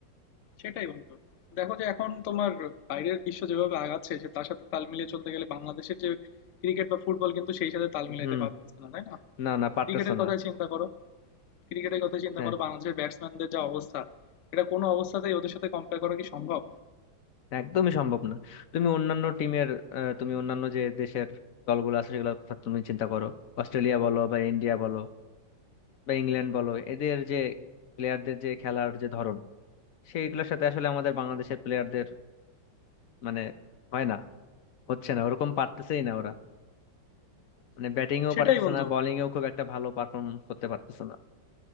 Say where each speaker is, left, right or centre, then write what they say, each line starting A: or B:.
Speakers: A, on the left (about 80°); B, on the left (about 55°).
A: সেটাই বন্ধু দেখো যে এখন তোমার বাইরের বিশ্ব যেভাবে আগাচ্ছে সে তার সাথে তাল মিলিয়ে চলতে গেলে বাংলাদেশের যে ক্রিকেট বা ফুটবল কিন্তু সেই সাথে তাল মিলাইতে
B: হুম
A: পারতেছে না তাই না
B: না না পারতেছো
A: ক্রিকেটের
B: না
A: কথা চিন্তা করো ক্রিকেটের কথা চিন্তা
B: হ্যাঁ
A: করো বাংলাদেশের ব্যাটসম্যানদের যা অবস্থা এটা কোনো অবস্থাতেই ওদের সাথে কম্পেয়ার করা কি সম্ভব
B: একদমই সম্ভব না তুমি অন্যান্য টিমের আহ, তুমি অন্যান্য যে দেশের দলগুলো আছে সেগুলো কথা তুমি চিন্তা করো অস্ট্রেলিয়া বলো বা ইন্ডিয়া বলো বা ইংল্যান্ড বলো এদের যে প্লেয়ারদের যে খেলার যে ধরন সেইগুলোর সাথে আসলে আমাদের বাংলাদেশের প্লেয়ারদের মানে হয় না হচ্ছে না ওরকম পারতেছেই না ওরা মানে ব্যাটিং এও
A: সেটাই
B: পারতেছে
A: বন্ধু
B: না বোলিং এও খুব একটা ভালো পারফরমেন্স করতে পারতেছে না